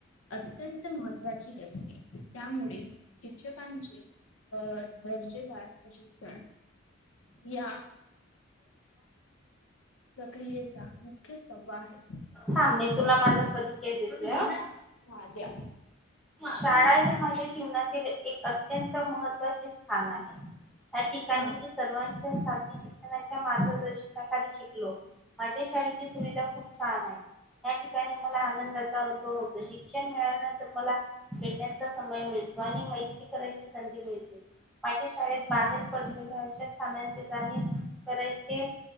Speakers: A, on the left; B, in the centre.
A: अत्यंत महत्त्वाची असते त्यामुळे शिक्षकांचे अ दर्जेदार असिस्टंट या प्रक्रियेचा मुख्य स्तंभ आहे.
B: थांब मी तुला माझा परिचय देते अ
A: हा द्या
B: शाळा हे माझ्या जीवनातील एक अत्यंत महत्त्वाचे स्थान आहे. त्या ठिकाणी
A: हा
B: मी सर्वांच्या साठी शिक्षणाच्या मार्गदर्शन शिकलो माझ्या शाळेची सुविधा खूप छान आहे. या ठिकाणी मला आनंदाचा अनुभव होतो शिक्षण मिळाल्यानंतर खेण्याचा समय मिळतो आणि मैत्री करायची संधी मिळते माझ्या शाळेत बाहेर पडलेल्या अशा स्थानांची जाणीव करायचे